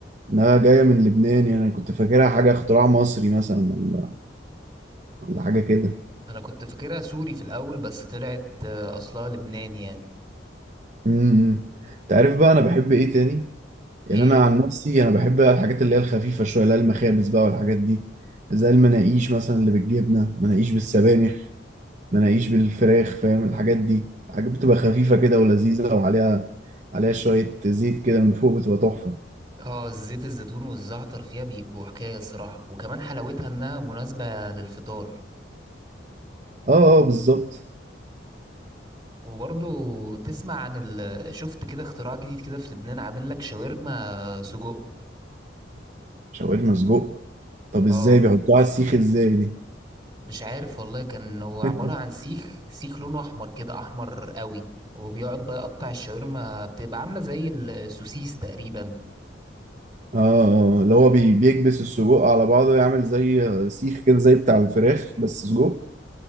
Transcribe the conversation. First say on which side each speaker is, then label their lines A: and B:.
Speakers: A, on the right; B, on the right.
A: انها جاية من لبنان يعني انا كنت فاكرها حاجة اختراع مصري مثلا ولا ولا حاجة كده
B: انا كنت فاكرها سوري في الاول بس طلعت آه، اصلها لبناني يعني
A: امم انت عارف بقى انا بحب ايه تاني يعني
B: ايه
A: انا عن نفسي انا بحب بقى الحاجات اللي هي الخفيفة شوية اللي هي المخابز بقى والحاجات دي زي المناقيش مثلا اللي بالجبنة مناقيش بالسبانخ مناقيش بالفراخ فاهم الحاجات دي حاجات بتبقى خفيفة كده ولذيذة وعليها عليها شوية زيت كده من فوق بتبقى تحفة
B: اه زيت الزيتون والزعتر فيها بيبقوا حكاية الصراحة وكمان حلاوتها انها مناسبة للفطار
A: اه اه بالظبط
B: وبرضو تسمع عن ال... شفت كده اختراع جديد كده في لبنان عامل لك شاورما سجق
A: شاورما سجق طب
B: اه
A: ازاي بيحطوها على السيخ ازاي دي
B: مش عارف والله كان هو عبارة
A: <laughs>
B: عن سيخ سيخ لونه أحمر كده أحمر قوي وبيقعد بقى يقطع الشاورما بتبقى عاملة زي السوسيس تقريبا
A: اه اه اللي هو بي- بيكبس السجق على بعضه يعمل زي سيخ كده زي بتاع الفراخ بس سجق